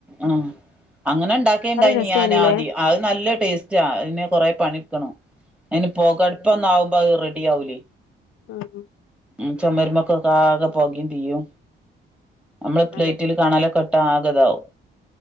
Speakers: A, in the centre; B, on the left (about 85°).
A: ആഹ അങ്ങനെ ഉണ്ടാക്കേണ്ടായിനി
B: രസേനില്ലേ
A: ഞാന് ആദ്യം അത് നല്ല ടേസ്റ്റാ അതിന് കൊറെ പണിയെടുക്കണം. അയ്ന് പൊക അടുപ്പൊന്നാവുമ്പോ അത് റെഡി ആവുലേ.
B: ഉം
A: ഉം ചുമരുമക്കൊക്കെ ആകെ പൊകയും തീയും. നമ്മള പ്ലേ
B: അതെ
A: <unintelligible> ആകതാവും.